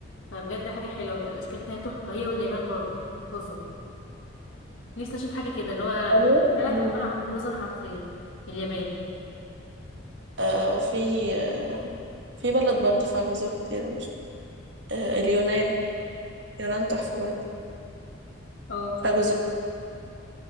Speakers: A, on the left; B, on the right.
A: فبجد حاجه حلوه بيبقى الاشكال فيها تحفه هي واليابان برضو جزر نفسي اشوف حاجه كده اللي هو
B: إيطاليا.
A: بلد
B: مم.
A: عباره عن جزر حرفيا اليابان
B: آه، وفي في بلد برضه فيها جزر كتير مش آه، اليونان اليونان تحفة برضه
A: اه
B: فيها جزر